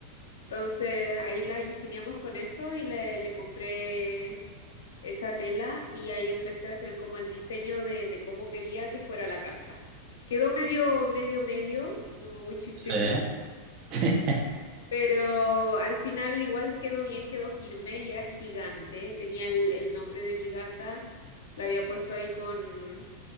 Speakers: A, on the left (about 85°); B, on the right (about 50°).
A: Entonces ahí la ingeniamos con eso y le, le compré esa tela y ahí empecé a hacer como el diseño de, de cómo quería que fuera la casa. Quedó medio, medio, medio, como witchy striptease,
B: sí, <laughs> sí,
A: pero al final igual quedó bien, quedó firme y era gigante. Tenía el, el nombre de mi gata, la había puesto ahí con,